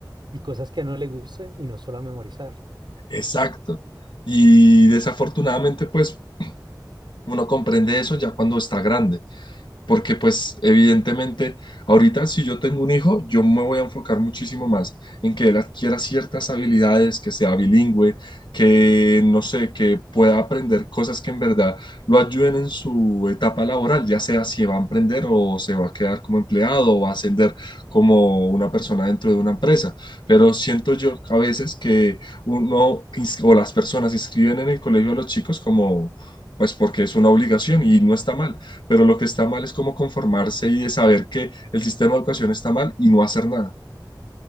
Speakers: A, on the right; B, on the left.
A: y cosas que no le gusten y no solo a memorizar.
B: Exacto. Y desafortunadamente, pues uno comprende eso ya cuando está grande. porque pues evidentemente ahorita si yo tengo un hijo, yo me voy a enfocar muchísimo más en que él adquiera ciertas habilidades, que sea bilingüe, que no sé, que pueda aprender cosas que en verdad lo ayuden en su etapa laboral, ya sea si va a emprender o se va a quedar como empleado o va a ascender como una persona dentro de una empresa. Pero siento yo a veces que uno ins- o las personas inscriben en el colegio a los chicos como pues porque es una obligación y no está mal pero lo que está mal es cómo conformarse y de saber que el sistema de educación está mal y no hacer nada.